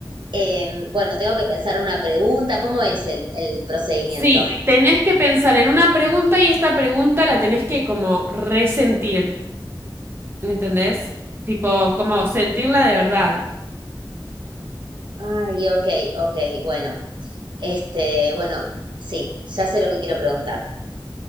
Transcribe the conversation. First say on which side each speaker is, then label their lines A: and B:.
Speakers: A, on the right; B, on the right.
A: em, bueno, tengo que pensar una pregunta. ¿Cómo es el, el procedimiento?
B: Sí,
A: Sí.
B: tenés que pensar en una pregunta y esta pregunta la tenés que como resentir, ¿entendés? Tipo, como sentirla de verdad.
A: Ay, ok, ok, bueno. Este, bueno, sí, ya sé lo que quiero preguntar.